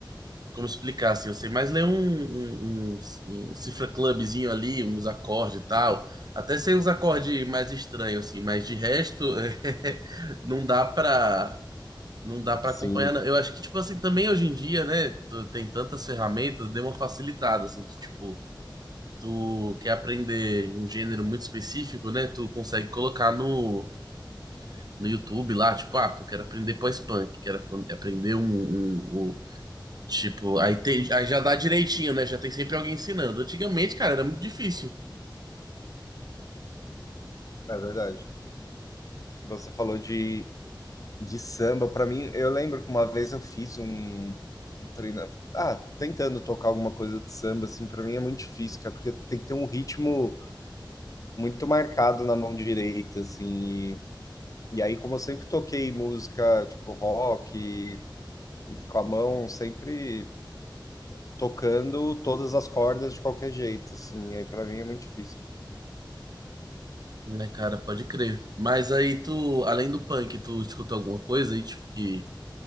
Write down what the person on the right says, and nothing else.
como explicar, assim, eu sei mais ler um, um, um, um cifra clubzinho ali, uns acordes e tal. Até sei uns acordes mais estranhos, assim, mas de resto, <laughs> é, não dá pra. Não dá pra
acompanhar, não. Eu acho que, tipo assim, também hoje em dia, né? tu Tem tantas ferramentas, deu uma facilitada, assim. Tu, tipo, tu quer aprender um gênero muito específico, né? Tu consegue colocar no, no YouTube lá, tipo, ah, pô, quero aprender pós-punk, quero ap- aprender um, um- um- Tipo, aí, tem, aí já dá direitinho, né? Já tem sempre alguém ensinando. Antigamente, cara, era muito difícil.
Né, cara, pode crer. Mas aí tu, além do punk, tu escuta alguma coisa aí, tipo, que